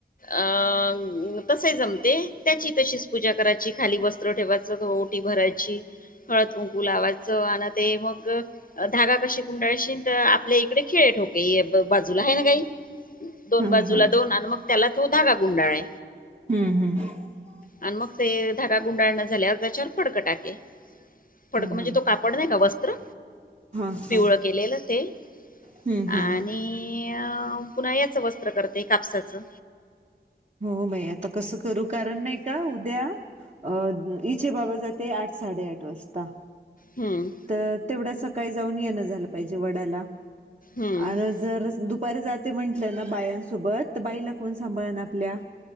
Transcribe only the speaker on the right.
हा
हा
हम्म हम्म <unintelligible>
हा
हा हा
हम्म
हम्म
हो बाई आता कसं करू कारण नाही का उद्या अ इचेे बाबा जाते आठ साडेआठ वाजता
तर तेवढं सकाळी जाऊन येणं झालं पाहिजे वडाला
आणि जर दु पर जाते म्हंटलं ना बायांसोबत तर बाईला कोण सांभाळ ना आपल्या